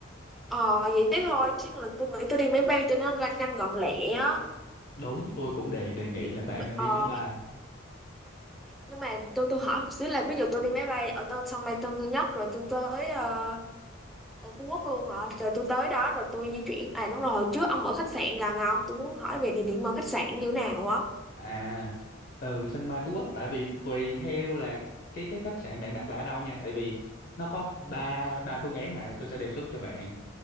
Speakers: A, in the centre; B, on the left (about 45°).
A: ờ vậy tiếp thôi, chứ là tôi nghĩ tôi đi máy bay cho nó nhanh nhanh gọn lẹ á.
B: đúng tôi cũng đề đề nghị
A: Thì,
B: là bạn nên
A: ờ,
B: đi máy bay
A: nhưng mà tôi tôi hỏi một xíu là ví dụ tôi đi máy bay ở tôi sân bay Tân Sơn Nhất rồi tôi tới ờ, ở Phú Quốc luôn hả rồi tôi tới đó rồi tôi di chuyển à đúng rồi hồi trước ông ở khách sạn gần ông tôi muốn hỏi về địa điểm ở khách sạn như thế nào á
B: À, từ sân bay Phú Quốc tại vì tùy theo là cái cái khách sạn bạn đặt là ở đâu nha tại vì nó có ba ba phương án mà tôi sẽ đề xuất cho bạn.